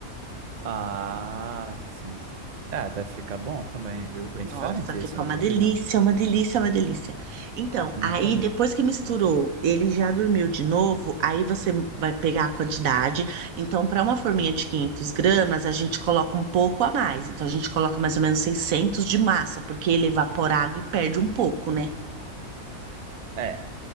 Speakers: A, on the right; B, on the right.
A: Ah, sim. sim. É, deve ficar bom também, viu? Bem
B: Nossa,
A: diferente
B: fica
A: esse, eu
B: uma
A: nunca
B: delícia,
A: vi, não.
B: uma delícia, uma delícia. Então,
A: Nunca
B: aí
A: vi.
B: depois que misturou, ele já dormiu de novo. Aí você vai pegar a quantidade. Então, para uma forminha de 500 gramas, a gente coloca um pouco a mais. Então, a gente coloca mais ou menos 600 de massa, porque ele evapora água e perde um pouco, né?
A: É,